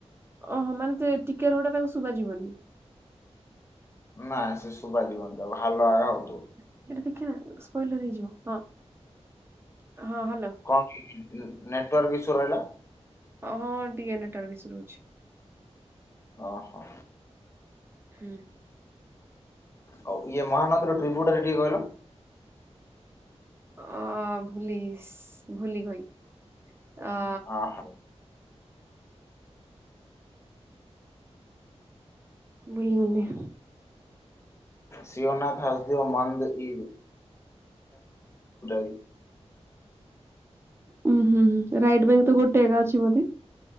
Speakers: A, on the right; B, on the left.
A: ଓହୋ ମାନେ ସେ ଟିକେ ରହଟା ତାକୁ ଶୁବାଯିବନି।
B: ନାଇଁ ସେ ଶୁବାଜିବନ ଯୋଉ ହାଲୋ ହାଏ ହଉଥିବ।
A: ଏଇଟା ଦେଖେ ନା ସ୍ପଏଲର ହେଇଯିବ ହଁ। ହଁ ହାଲୋ।
B: କଣ ନେଟୱାର୍କ ଇସ୍ୟୁ ରହିଲା?
A: ଓ ହଁ ଟିକେ ନେଟୱାର୍କ ଇସ୍ୟୁ ରହୁଚି।
B: ଓହୋ।
A: ହୁଁ।
B: ହଉ ଇଏ ମହାନଦୀର ଟ୍ରିଭ୍ୟୁଟା ଟିକେ କିହିଲ।
A: ଅ ଭୁଲିଯାଇସି ଭୁଲିଗଇ ଅ
B: ଅହ
A: ଭୁଲିଗଲି।
B: ସିଓନାଥ ହସଦଓ ମନ୍ଦ ଇ <unintelligible>
A: ଉଁ ହୁଁ ହୁଁ ରାଇଟ ବ୍ୟାଙ୍କ୍ ତ ଗୋଟେଏଗା ଅଛି ବୋଧେ?